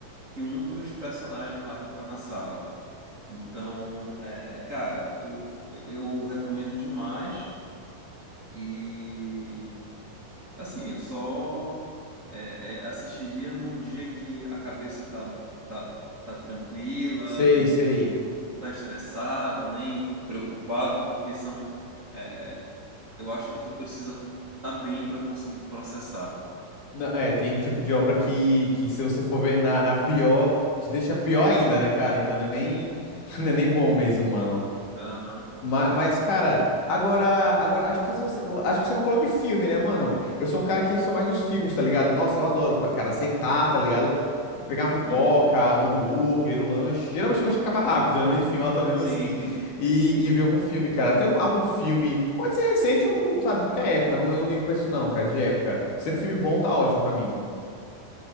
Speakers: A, on the right (about 30°); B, on the left (about 70°).
A: que um dos personagens lá que tá na sala. Então, é, é, cara, eu, eu recomendo demais. E, assim, eu só é, é, assistiria num dia que a cabeça tá, tá, tá tranquila,
B: Sei,
A: não,
B: sei.
A: não tá estressado, nem preocupado, porque são. é, eu acho que tu precisa tá bem para conseguir processar.
B: Não, é, tem um tipo de obra que, que se você for ver na, na pior, te deixa pior ainda, né, cara? Então não é nem, <laughs> não é nem bom mesmo, mano.
A: Aham.
B: Ma- Mas, cara, agora, agora acho que você, acho que você não falou de filme, né, mano? Eu sou um cara que sou mais dos filmes, tá ligado? Nossa, eu adoro, pa- cara, sentar, tá ligado? Pegar uma pipoca,
A: Uhum.
B: um hambúrguer, um lanche. Geralmente o lanche acaba rápido, né? Mas enfim, eu adoro mesmo
A: Sim.
B: assim.
A: <laughs>
B: E, e ver algum filme, cara. Tem algum, algum filme, pode ser recente ou, sabe, qualquer época. Não, eu não ligo pra isso, não, cara, de época. Sendo filme bom, tá ótimo pra mim.